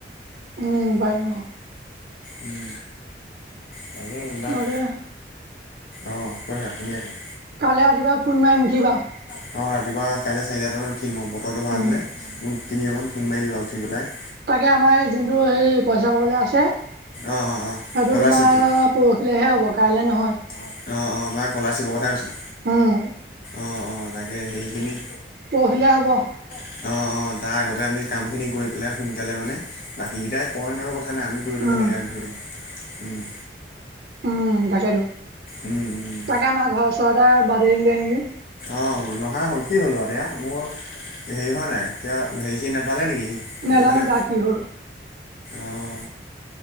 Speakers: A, on the right (about 55°); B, on the left (about 50°).
A: উম বাৰু।
B: উম, তাকে এইবিলাক
A: তাকে
B: অঁ কোৱা শুনি আছোঁ।
A: কাইলে ৰাতিপুৱা ফোন মাৰিম। কিবা হ
B: অঁহ, ৰাতিপুৱা কাইলৈ চাৰিটা নত উঠিম আও। বতৰটো ভাল
A: উম
B: হ'লে। মোক তিনি বাৰমান ফোন মাৰি দিবা আৰু উঠি পেলাই।
A: তাকে আমাৰ এই যোনটো হেই পইচা পাবলৈ আছে সেইটো
B: অঁ অঁ অঁ স্কলাৰশ্বিপটো
A: তোমাৰ প ৰহিলেহে হ'ব। কাইলৈ নহয়।
B: অঁহ। অঁহ। মানে কলাৰশিপৰ কথা কৈছা?
A: উম
B: অহ। অহ। তাকে হেইখিনি
A: পৰশিলৈ হব।
B: অহ। অহ। তাৰ আগতে আমি কামখিনি কৰি পেলাই সোনকালে মানে, বাকীকেইটাই কয়ে- নকয়ে কথা নাই। আমি কৰি ল'ব
A: উম
B: লাগে আগ ধৰি। উম।
A: উম। তাকেইতো।
B: উম উম
A: তাকে আমাৰ ঘৰৰ ওচৰতে বাদেই দিলে নেকি!
B: অহ নহা হ'ল। কি হ'ল হতি হা। মোৰ হেৰি হোৱা নাই। এতিয়া হেৰিখিনি নাপালে নেকি সি? সেইটো
A: নাজানো
B: কাৰণে
A: তাৰ কি হ'ল
B: অঁ